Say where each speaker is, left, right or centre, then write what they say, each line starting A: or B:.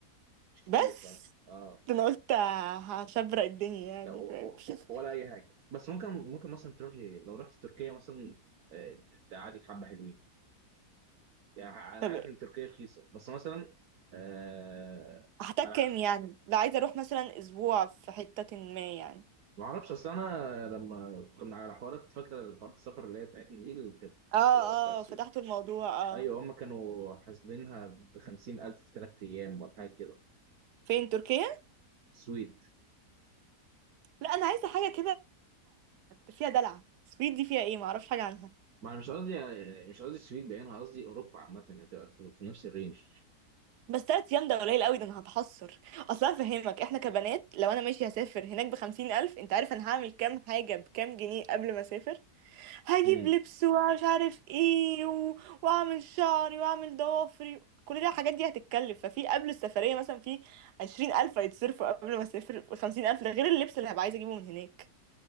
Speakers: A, on the right; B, on the right.
A: مش كتير
B: بس
A: فاهم اه
B: انا قلت هشبرق الدنيا يعني
A: لا و-
B: فاهم
A: و-
B: <laughs>
A: ولا اي حاجه بس ممكن ممكن مثلا تروح لو رحت تركيا مثلا آه، تقعدك حبه حلوين يعني انا
B: طب
A: عارف ان تركيا رخيصه بس مثلا آه
B: هحتاج
A: انا
B: كام يعني ده عايزة اروح مثلا اسبوع في حتة ما يعني
A: ما اعرفش اصل انا لما كنا على حوارات فاكره حوارات السفر اللي هي بتاعتنا دي اللي كانت
B: اه
A: آه، بتاع السويد
B: اه فتحت الموضوع اه
A: ايوه هم كانوا حاسبينها ب 50000 في ثلاث ايام ولا حاجه كده
B: فين تركيا
A: سويد
B: لا انا عايزة حاجة كده فيها دلع السويد دي فيها ايه معرفش حاجة عنها
A: ما انا مش قصدي مش قصدي السويد بعينها قصدي اوروبا عامه هتبقى في في نفس الرينج
B: بس تلات ايام ده قليل قوي ده انا هتحسر اصلا فهمك احنا كبنات لو انا ماشي هسافر هناك بخمسين الف انت عارف انا هعمل كام حاجة بكام جنيه قبل ما اسافر هجيب
A: امم
B: لبس ومش عارف ايه و... واعمل شعري واعمل ضوافري كل ده الحاجات دي هتتكلف ففي قبل السفرية مثلا في عشرين ألف هيتصرفوا قبل ما اسافر خمسين ألف ده غير اللبس اللي هبقى عايزة اجيبه من هناك